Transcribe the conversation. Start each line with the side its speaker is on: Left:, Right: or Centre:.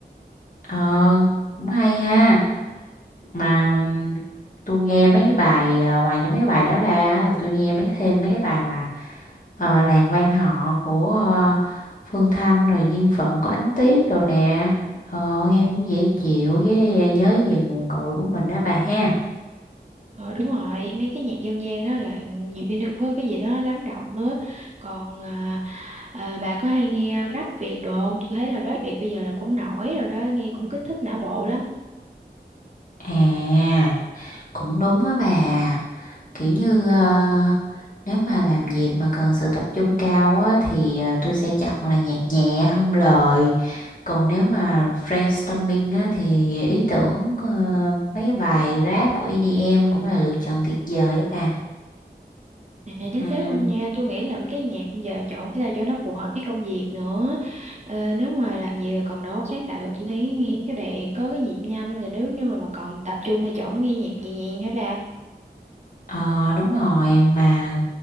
Left: ờ cũng hay ha mà ừm, tôi nghe mấy cái bài à, ngoài những mấy cái bài đó ra tôi nghe mấy thêm mấy cái bài mà ờ, làng quan họ của ờ, Phương Thanh rồi duyên phận của Ánh Tuyết đồ nè ờ, nghe cũng dễ chịu với nhớ về nguồn cội của mình đó bà ha
Right: Ờ đúng rồi, mấy cái nhạc dân gian đó là nhiều khi nó cũng có cái gì đó lắng động nữa. Còn à, à, bà có hay nghe rap Việt đồ không? Tôi thấy là rap Việt bây giờ là cũng nổi rồi đó, nghe cũng kích thích não bộ lắm.
Left: à cũng đúng á bà kiểu như ờ, nếu mà làm việc mà cần sự tập trung cao á thì ờ, tôi sẽ chọn là nhạc nhẹ không lời còn nếu mà brainstorming á thì ý tưởng ờ, mấy cái bài rap của EDM cũng là lựa chọn tuyệt vời á
Right: À, chính
Left: bà
Right: xác luôn nha, tôi nghĩ là mấy cái nhạc bây giờ chọn sao cho nó phù hợp với công việc nữa. Ờ, nếu mà làm việc còn đó sáng tạo tôi thấy nghe mấy cái bài có cái nhịp nhanh rồi nếu như mà, mà còn tập trung thì chọn mới nghe nhạc nhẹ nhàng hả bà?
Left: Ờ đúng rồi mà